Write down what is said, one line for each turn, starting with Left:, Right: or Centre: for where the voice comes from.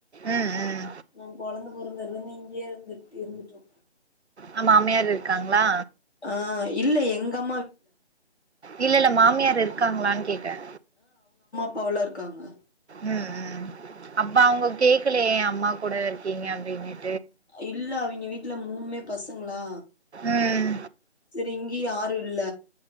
Right: ம், ம்.
Left: எ கொழந்த பொறந்தோன இங்கே இருந்துட் இருந்துட்டோ
Right: அஹ் மாமியார் இருக்காங்ளா
Left: ஆஹ் இல்ல எங் அப்
Right: இல்ல இல்ல மாமியார் இருக்காங்ளான் கேக்க
Left: அவலா இருக்காங்க
Right: உம் உம் அப்ப அவ்ங்க கேக்கல ஏ அம்மா கூட இருக்கீங்க அப்டி இப்டின்
Left: இல்ல அவிங்க வீட் ட்ல மூணுமே பசங்ளா
Right: உம்
Left: இங்க யாரு இல்ல